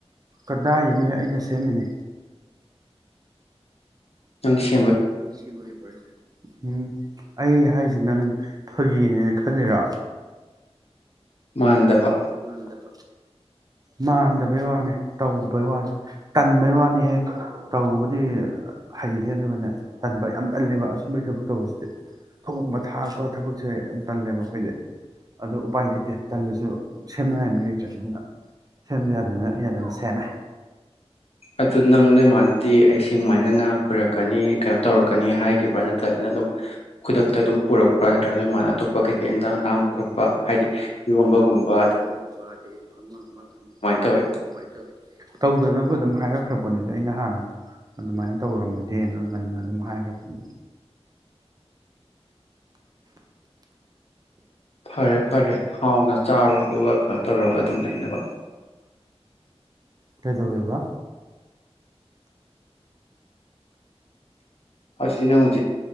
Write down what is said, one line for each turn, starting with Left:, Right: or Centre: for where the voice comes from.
Right: ꯀꯗꯥꯏꯗꯩꯅꯣ ꯍꯦ ꯑꯩꯅ ꯁꯦꯝꯃꯤꯅꯤ
Left: ꯅꯪꯁ
Right: ꯅꯪ ꯁꯦꯝꯕ ꯍꯩꯕ꯭ꯔꯣꯎꯝ ꯑꯩ ꯍꯥꯏꯁꯦ ꯅꯪ ꯐꯒꯤꯅꯦꯅ ꯈꯜꯂꯤꯔꯣ
Left: ꯃꯥꯟꯗꯕ
Right: ꯃꯥꯟꯗꯕ ꯃꯥꯟꯗꯕꯩ ꯋꯥꯅꯤ ꯇꯧꯕꯩ ꯋꯥꯅꯤ ꯇꯟꯕꯩ ꯋꯥꯅꯤꯍꯦ ꯇꯕꯨꯗꯤ ꯍꯩꯍꯦ ꯑꯗꯨꯒꯅꯦ ꯇꯟꯕ ꯌꯥꯝ ꯇꯜꯂꯦꯕ ꯑꯁꯨꯝꯕꯒꯤ ꯊꯕꯛ ꯇꯧꯕꯁꯤꯗꯤ ꯊꯣꯡꯕ ꯊꯥꯛꯄ ꯊꯕꯛꯁꯦ ꯌꯥꯝ ꯇꯜꯂꯦꯕ ꯑꯩꯈꯣꯏꯗꯤ ꯑꯗꯨ ꯎꯄꯥꯏ ꯂꯩꯇꯦ ꯇꯜꯂꯁꯨ ꯁꯃ ꯃꯤꯑꯣꯏ ꯆꯪꯅ <unintelligible> ꯁꯦꯝꯗ ꯌꯥꯗꯗꯅ ꯑꯩ ꯑꯗꯨꯝ ꯁꯦꯝꯃꯦ
Left: ꯑꯗꯨ ꯅꯪ ꯅꯣꯏꯃꯥꯗꯗꯤ ꯑꯩꯁꯨꯃꯥꯏꯅ ꯉꯥ ꯄꯨꯔꯛꯀꯅꯤ ꯀꯩꯅꯣ ꯇꯧꯔꯛꯀꯅꯤ ꯍꯥꯏꯒꯤꯈꯤꯕ꯭ꯔꯥ ꯅꯠꯇ꯭ꯔꯒꯅ ꯑꯗꯨꯝ ꯈꯨꯗꯛꯇ ꯑꯗꯨꯝ ꯄꯨꯔꯛꯄ꯭ꯔꯥ ꯅꯠꯇ꯭ꯔꯒ ꯅꯣꯏ ꯃꯥꯥꯅ ꯑꯇꯣꯞꯄ ꯀꯩꯀꯩ ꯏꯟꯖꯥꯡ ꯂꯥꯡꯕ ꯈꯣꯠꯄ ꯍꯥꯏꯗꯤ ꯏꯣꯟꯝꯕꯒꯨꯝꯕ
Right: ꯒꯨꯝꯕ ꯑꯃ ꯑꯃ ꯊꯣꯡꯕ ꯈꯣꯠꯄ
Left: ꯇꯧꯋꯤ
Right: ꯇꯧꯔꯛꯄꯗ ꯀꯃꯥꯏ ꯇꯧꯋꯤ ꯇꯧꯗꯅꯕ ꯑꯗꯨꯝ ꯑꯗꯨꯝ ꯍꯥꯏꯔꯛꯈ꯭ꯔꯕꯅꯤꯗ ꯑꯩꯅ ꯍꯥꯟꯅ ꯑꯗꯨꯃꯥꯏꯅ ꯇꯧꯔꯝꯃꯗꯤꯑꯅ ꯉꯟꯅ ꯑꯗꯨꯝ ꯍꯥꯏꯈ꯭ꯔꯕꯅꯤ
Left: ꯐꯔꯦ ꯐꯔꯦ ꯍꯥꯎꯅ ꯆꯥꯔꯣ ꯑꯗꯨꯒ ꯀꯩꯅꯣ ꯇꯧꯔꯒ ꯑꯗꯨꯝ ꯂꯩꯅꯕ
Right: ꯀꯩꯗꯧꯑꯦꯕ
Left: ꯑ ꯁꯤꯖꯤꯅ ꯍ <unintelligible>